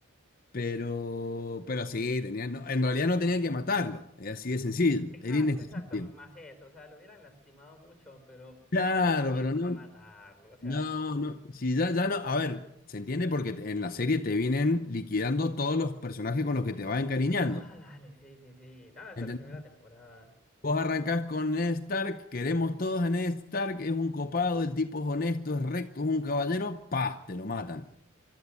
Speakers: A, on the left; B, in the centre.
A: Pero, pero sí, tenían, no, en realidad no tenían que matarlo, es así de sencillo,
B: Exacto,
A: era innecesario.
B: exacto, más eso, o sea, lo hubieran lastimado mucho, pero
A: Claro,
B: ¿para qué,
A: pero
B: para
A: no,
B: qué matarlo? O sea,
A: no, no, si ya, ya no, a ver, se entiende porque te- en la serie te vienen liquidando todos los personajes con los que te vas encariñando,
B: ah, dale, sí, sí, sí, nada, de
A: ¿entendés?
B: la primera temporada,
A: Vos arrancás con Ned Stark, queremos todos a Ned Stark, es un copado, el tipo es honesto, es recto, es un caballero, pa, te lo matan.